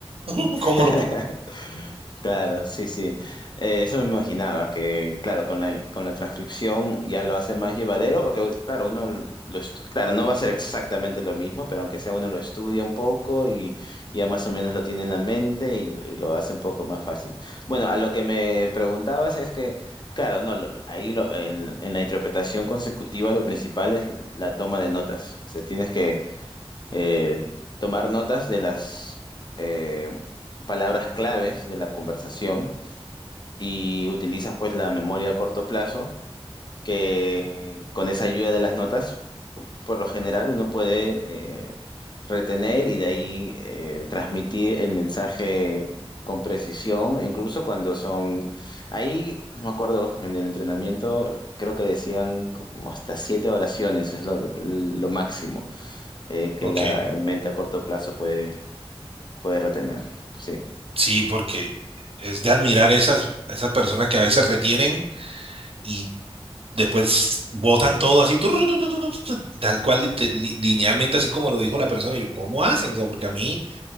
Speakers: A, on the right; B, on the left.
A: <laughs> ¿Cómo
B: <laughs>
A: lo pongo?
B: Claro, sí, sí. Eh, eso me imaginaba, que claro, con la, con la transcripción ya lo hace más llevadero, porque claro, uno lo estu- claro, no va a ser exactamente lo mismo, pero aunque sea uno lo estudia un poco y ya más o menos lo tiene en la mente y, y lo hace un poco más fácil. Bueno, a lo que me preguntabas es que, claro, no, lo- ahí lo- en, en la interpretación consecutiva lo principal es la toma de notas. O sea, tienes que eh, tomar notas de las eh, palabras claves de la conversación y utilizas pues la memoria a corto plazo, que con esa ayuda de las notas, por lo general uno puede eh, retener y de ahí eh, transmitir el mensaje con precisión, incluso cuando son, ahí no me acuerdo, en el entrenamiento creo que decían como hasta siete oraciones, es lo, lo máximo eh, que
A: Ok,
B: la mente a corto plazo puede Puede retener, sí,
A: sí, porque es de admirar esas, esas personas que a veces retienen y después botan todo así, turru, tu, tu, tu, tu, tu, tal cual, lite- li- linealmente, así como lo dijo la persona. Y yo, ¿cómo hacen? O sea, porque a mí